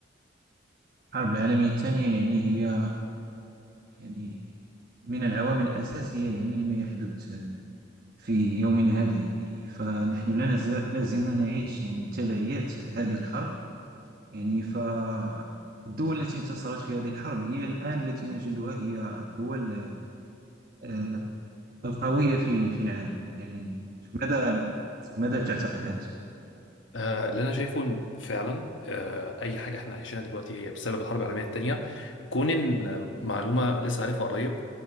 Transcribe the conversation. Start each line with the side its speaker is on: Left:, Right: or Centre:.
Right: الحرب العالمية الثانية يعني هي يعني من العوامل الأساسية يعني لما يحدث في يومنا هذا يعني فنحن لا نزال لا زلنا نعيش يعني تبعيات هذه الحرب يعني فالدول التي انتصرت في هذه الحرب هي الآن التي نجدها هي الدول آه، القوية في في العالم يعني ماذا ماذا تعتقد أنت؟
Left: آه، اللي انا شايفه إن فعلا آه، اي حاجه احنا عايشينها دلوقتي هي بسبب الحرب العالميه الثانيه كون ان آه، معلومه لسه عارفها قريب